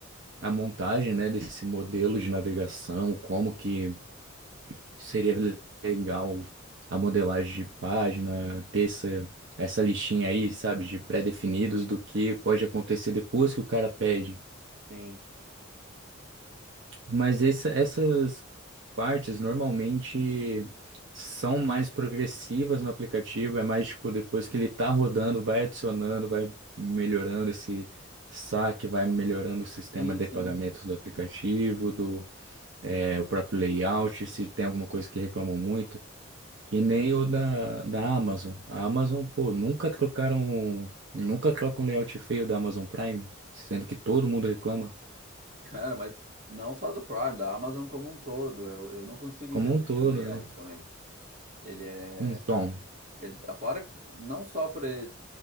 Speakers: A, on the right (about 60°); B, on the right (about 35°).
A: a montagem, né, desse modelo de navegação, como que seria legal a modelagem de página, ter essa, essa listinha aí, sabe, de pré-definidos do que pode acontecer depois que o cara pede.
B: Sim,
A: Mas essa- essas partes normalmente são mais progressivas no aplicativo, é mais tipo depois que ele tá rodando, vai adicionando, vai melhorando esse saque, vai melhorando o sistema
B: sim,
A: de
B: sim.
A: pagamentos do aplicativo, do é, o próprio layout, se tem alguma coisa que reclamam muito, que nem o da, da Amazon. A Amazon, pô, nunca trocaram, nunca trocam um layout feio da Amazon Prime, sendo que todo mundo reclama,
B: Cara, mas não só do Prime, da Amazon como um todo. Eu, eu não consigo
A: como
B: entender
A: um
B: aquele
A: todo,
B: layout
A: né?
B: também. Ele é.
A: Então.
B: Ele, fora, não só por ele